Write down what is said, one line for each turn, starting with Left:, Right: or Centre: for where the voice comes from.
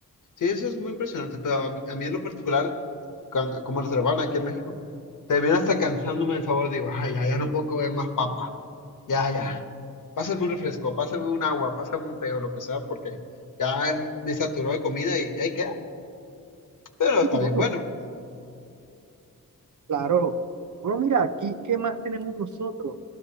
Left: sí, eso es muy impresionante, pero a mí, a mí en lo particular cuando- como la cervaban aquí en México, termina hasta cansándome el sabor. Digo, ay, ya, ya no puedo comer más papa. Ya, ya. Pásame un refresco, pásame un agua, pásame un té o lo que sea, porque ya m- me saturó de comida y ahí queda. Pero
Right: Sí,
Left: está bien,
Right: claro,
Left: bueno, pues.
Right: claro. Bueno, mira, aquí, ¿qué más tenemos nosotros?